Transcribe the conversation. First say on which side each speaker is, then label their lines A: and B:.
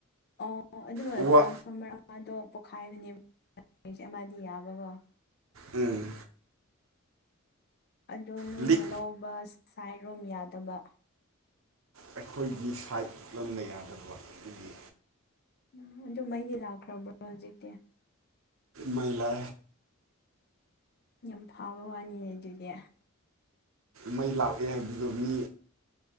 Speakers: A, on the left; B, on the right.
A: ꯑꯣ ꯑꯗꯨꯣ
B: ꯋꯥ
A: ꯇ꯭ꯔꯥꯟꯁꯐꯣꯔꯃꯔ ꯑꯗꯣ ꯄꯣꯛꯈꯥꯏꯕꯅꯦꯕꯁꯦ ꯑꯃꯗꯤ ꯌꯥꯕꯀꯣ
B: ꯎꯝ
A: ꯑꯗꯣ ꯅꯣꯏꯅ
B: ꯂꯤꯛ
A: ꯂꯧꯕ ꯁꯥꯏꯔꯣꯝ ꯌꯥꯗꯕ
B: ꯑꯩꯈꯣꯏꯒꯤ ꯁꯥꯏꯠ ꯂꯣꯟꯅ ꯌꯥꯗꯕ ꯑꯗꯨꯒꯤ
A: ꯎꯝ ꯑꯗꯨ ꯃꯩꯗꯤ ꯂꯥꯛꯈ꯭ꯔꯕ꯭ꯔꯣ ꯍꯧꯖꯤꯛꯇꯤ
B: ꯃꯩꯂ
A: ꯌꯥꯝ ꯐꯥꯕ ꯋꯥꯅꯤꯅꯦ ꯑꯗꯨꯗꯤ
B: ꯃꯩ ꯂꯥꯛꯑꯦ ꯍꯥꯏꯕꯗꯨꯣ ꯃꯤ